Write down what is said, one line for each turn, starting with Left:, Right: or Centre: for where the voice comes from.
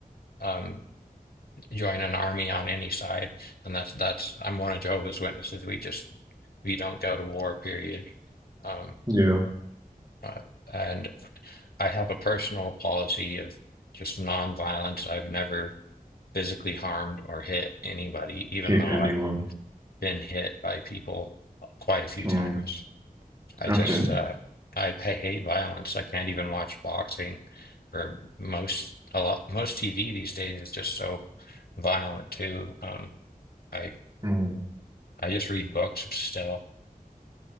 Left: um. join an army on any side, and that's that's I'm one of Jehovah's Witnesses. We just we don't go to war, period. Um,
Right: yeah,
Left: uh, and I have a personal policy of just nonviolence. I've never physically harmed or hit anybody, even
Right: hit
Left: though
Right: anyone.
Left: I've been hit by people quite a few
Right: Mm,
Left: times. I
Right: okay.
Left: just uh, I, I hate violence. I can't even watch boxing or most a lot most TV these days is just so violent too. Um, I.
Right: Mm,
Left: I just read books still.